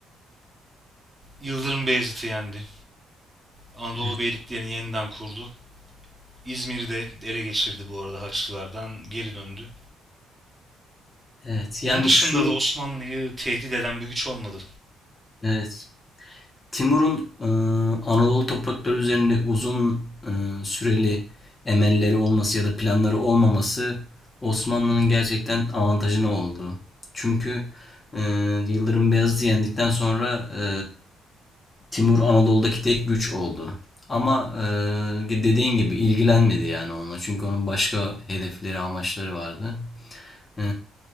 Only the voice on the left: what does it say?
evet,
evet.
Yani
şu,
evet. Timur'un e, Anadolu toprakları üzerinde uzun e, süreli emelleri olması ya da planları olmaması Osmanlı'nın gerçekten avantajına oldu. Çünkü e, Yıldırım Beyazıt'ı yendikten sonra e, Timur Anadolu'daki tek güç oldu. Ama e, dediğin gibi ilgilenmedi yani onunla. Çünkü onun başka hedefleri, amaçları vardı. E,